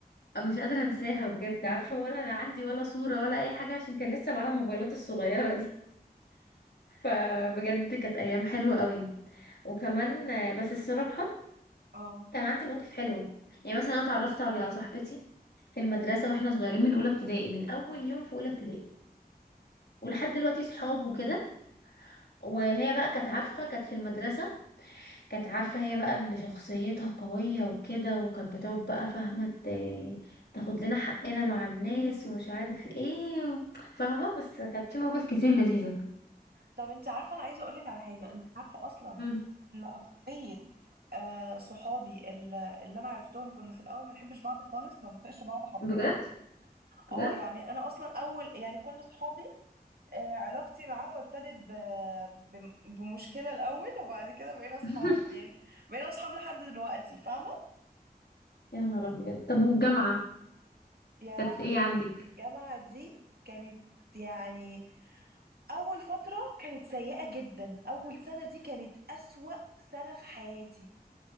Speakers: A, on the left (about 80°); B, on the right (about 70°).
A: مش قادره انساها بجد عارفه ولا انا عندي ولا صوره ولا اي حاجه عشان كان لسه معانا الموبايلات الصغيره دي فبجد كانت ايام حلوه قوي وكمان
B: لا
A: آه، بس الصراحه
B: اه
A: كان عندي مواقف حلوه يعني مثلا انا اتعرفت على
B: ايه
A: صاحبتي في المدرسه واحنا صغيرين من اولى ابتدائي من اول يوم في اولى ابتدائي ولحد دلوقتي صحاب وكده وهي بقى كانت عارفه كانت في المدرسه كانت عارفه هي بقى اللي شخصيتها قويه وكده وكانت بتقعد بقى فاهمه ت- تاخد لنا حقنا مع الناس ومش عارف ايه و- فاهمه بس كانت في مواقف كتير لذيذه
B: طب انت عارفة انا عايزة اقولك على حاجة انت عارفة اصلا
A: مم.
B: ان اكترية آه صحابي ال- اللي انا عرفتهم كنا في الاول ما بنحبش بعض خالص ما بنطيقش بعض حرفيا
A: بجد
B: اه
A: بجد
B: يعني انا اصلا اول يعني كل صحابي آه، علاقتي معاهم ابتدت ب... ب... بمشكلة الأول وبعد كده بقينا أصحاب
A: <laughs>
B: يعني بقينا أصحاب لحد دلوقتي فاهمة؟
A: يا نهار أبيض طب والجامعة
B: يا
A: كانت
B: لهوي
A: إيه عندك
B: الجامعة دي كانت يعني أول فترة كانت سيئة جدا أول سنة دي كانت أسوأ سنة في حياتي